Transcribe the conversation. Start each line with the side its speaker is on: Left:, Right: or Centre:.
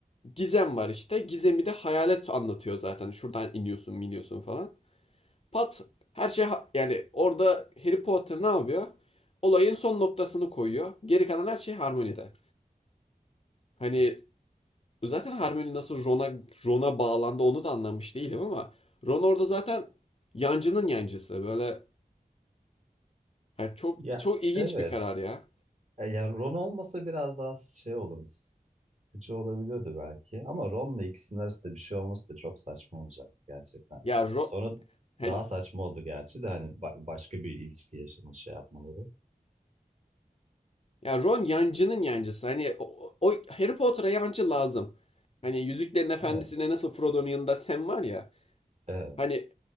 Left: gizem var işte. Gizemi de hayalet anlatıyor zaten. Şuradan iniyorsun, miniyorsun falan. Pat her şey yani orada Harry Potter ne yapıyor? Olayın son noktasını koyuyor. Geri kalan her şey Harmony'de. Hani Zaten Hermione nasıl Ron'a Ron'a bağlandı onu da anlamış değilim ama Ron orada zaten yancının yancısı. Böyle yani çok
Right: Ya
Left: çok ilginç
Right: evet.
Left: bir karar ya.
Right: E, ya Ron olmasa biraz daha şey oluruz. Sıkıcı olabiliyordu belki. Ama Ron'la ikisinin arasında bir şey olması da çok saçma olacak gerçekten.
Left: Ya Ron
Right: Sonra
Left: hani
Right: daha saçma oldu gerçi de hani ba- başka bir ilişki yaşama şey yapmaları.
Left: ya Ron yancının yancısı. Hani o, o Harry Potter'a yancı lazım. Hani Yüzüklerin efendisine
Right: Evet.
Left: nasıl Frodo'nun yanında Sam var ya.
Right: Evet.
Left: Hani